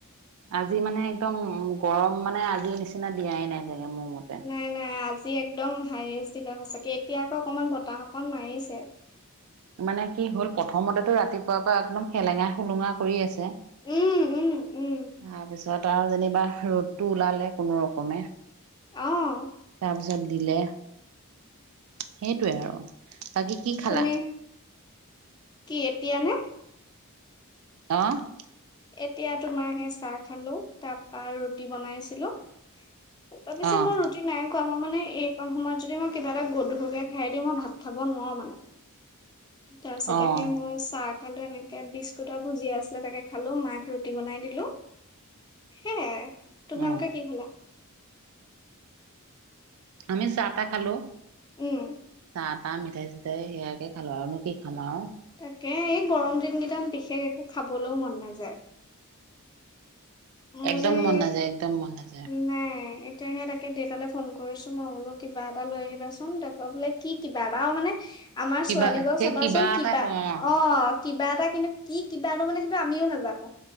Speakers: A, on the right; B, on the left.
A: আজি মানে একদম উ গৰম মানে আজিৰ নিচিনা দিয়াই নাই চাগে মোৰ মতে।
B: নাই নাই আজি একদম হাইষ্ট দিলে সঁচাকে, এতিয়া আকৌ অকমান বতাহ অকণ মাৰিছে।
A: মানে কি হ'ল প্ৰথমতেতটো ৰাতিপুৱাৰ পৰা একদম সেলেঙা সলুঙা কৰি আছে।
B: উম উম উম।
A: তাৰপিছত আৰু যেনিবা ৰ'দটো ওলালে কোনো ৰকমে।
B: অঁ
A: তাৰপিছত দিলে, সেইটোৱে আৰু বাকী কি খালা?
B: তুমি কি এতিয়ানে
A: অ',
B: এতিয়া তোমাৰ সেই চাহ খালো তাৰপা ৰুটি বনাইছিলো। এ পিছে
A: অ',
B: মোৰ যদি নাই কোৱা মই মানে এইকণ সময়ত যদি মই কিবা এটা গধুৰকে খাই দি মই ভাত খাব নোৱাৰো মানে তাৰপিছতে
A: অ',
B: সেই মোৰ চাহ খালো এনেকে বিস্কুটাৰ ভুজিয়া আছিলে তাকে খালো মাক ৰুটি বনাই দিলো সেয়াই তোমালোকে
A: অ',
B: কি খালা
A: আমি চাহ টাহ খালো
B: উম',
A: আটা মিঠাই চিঠাই সেয়াকে খালোঁ আৰুনো কি খাম আৰু
B: তাকে এই গৰম দিন কেইটাত বিশেষ একো খাবলৈও মন নাযায়। মোৰ
A: একদম
B: যে সেই
A: মন নাযায় একদম মন নাযায়
B: নাই। তেতিয়াহে তাকে দেউতালৈ ফোন কৰিছো মই বোলো কিবা এটা লৈ আহিবাচোন দেতা বোলে কি কিবা এটা মানে আমাৰ
A: কিবা
B: ছোৱালীবোৰ
A: সেই
B: চাবাচোন কিবা
A: এটা কওঁ
B: অ', কিবা এটা কিন্তু কি কিবা এটা মানে সেইটো আমিও নাজানো